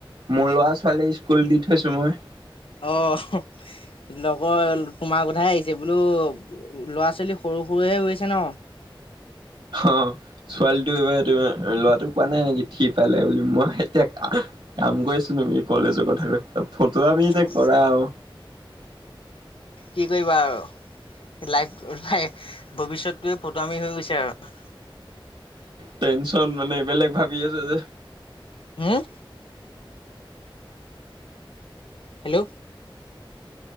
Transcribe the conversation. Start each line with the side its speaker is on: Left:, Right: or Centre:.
Right: মোৰ ল'ৰা ছোৱালী স্কুল দি থৈছো মই।
Left: অহ, লগৰ তোমাৰ কথাই আহিছে বোলো ল'ৰা ছোৱালী সৰু সৰুহে হৈ আছে ন
Right: হ ছোৱালী। টো এইবাৰ এইটোৱে লৰাটো কোৱা নাই নেকি থ্ৰি পালে বুলি। মই এতিয়া কা কাম কৰিছো তুমি কলো। আছোঁ কথাবিলাক। ফটোৱামি
Left: উম
Right: যে কৰা আৱ।
Left: কি কৰিবা আৰু? লাইফ লাই ভৱিষ্যতটোৱে ফটোৱামি হৈ গৈছে আৰু।
Right: টেনচন মানে বেলেগ ভাবি আছে যে।
Left: হম। হেল্ল'।